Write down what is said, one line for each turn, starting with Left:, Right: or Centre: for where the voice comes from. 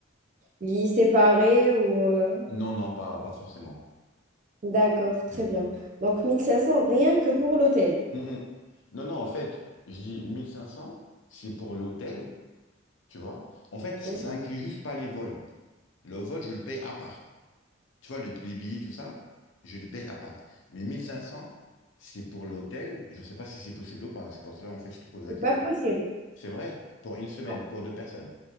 Right: Lits séparés ou... euh,
Left: Non, non, pas, pas forcément.
Right: D'accord, très bien. Donc 1500 rien que pour l'hôtel.
Left: Mm, mm. Non, non, en fait, je dis 1500 c'est pour l'hôtel, tu vois. En fait, ça
Right: Mhm.
Left: inclut juste pas les vols. Le vol, je le paye à part. Tu vois, le- les billets, tout ça, je les paye à part. Mais 1500 c'est pour l'hôtel. Je ne sais pas si c'est possible ou pas. C'est pour cela, en fait, je te pose la
Right: C'est
Left: question.
Right: pas possible.
Left: C'est vrai, pour une semaine,
Right: Non.
Left: pour deux personnes.